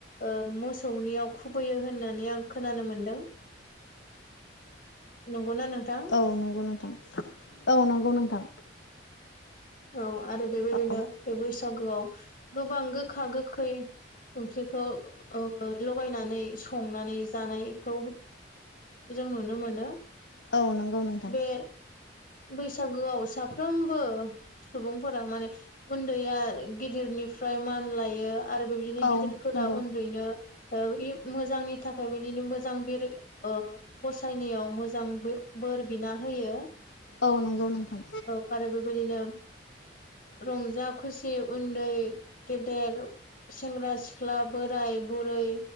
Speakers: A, on the left; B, on the left.
A: ओ मोसौनियाव खुबैयो होननानै आं खोनानो मोनदों नंगौना नोंथां
B: औ नंगौ नोंथां औ नंगौ नोंथां
A: औ आरो बेबायदिनो
B: औ
A: बे बैसागोआव गोबां गोखा गोखै ओंख्रिखौ ओ लगायनानै संनानै जानायखौ जों नुनो मोनो
B: औ नंगौ नोंथां
A: बे बैसागुआव साफ्रोमबो सुबुंफोरा माने उन्दैया गिदिरनिफ्राय मान लायो आरो बेबायदिनो
B: औ
A: गिदिरफोरा
B: नंगौ
A: उन्दैनो ओ इउ मोजांनि थाखाय बिदिनो मोजां बिर ओ गसायनायाव मोजां बो-बोर बिना होयो
B: औ नंगौ नोंथां
A: औ आरो बेबायदिनो रंजा खुसि उन्दै गेदेर सेंग्रा सिख्ला बोराय बुरै